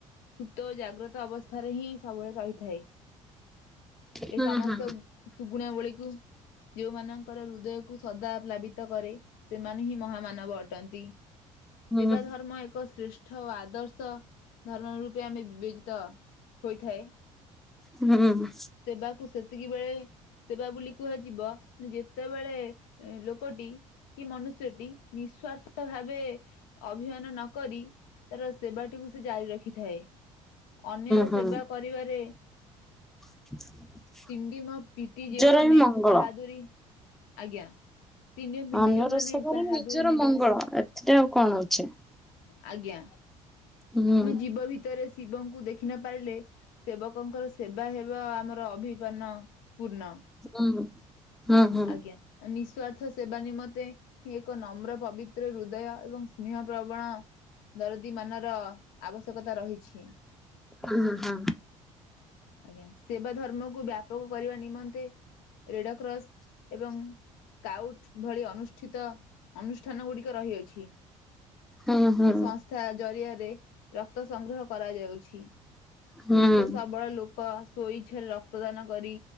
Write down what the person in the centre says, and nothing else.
ହୁଁ
ହୁଁ
ହୁଁ।
ହୁଁ
ହୁଁ
<inaudible>
ନିଜର ହିଁ ମଙ୍ଗଳ।
ଅରସନରେ
ନିଜର
ମଙ୍ଗଳ ଏଥିରେ ଆଉ କଣ ଅଛି
ହୁଁ
ହୁଁ ହୁଁ ହୁଁ
ହଁ ହଁ
ହୁଁ ହୁଁ
ହୁଁ।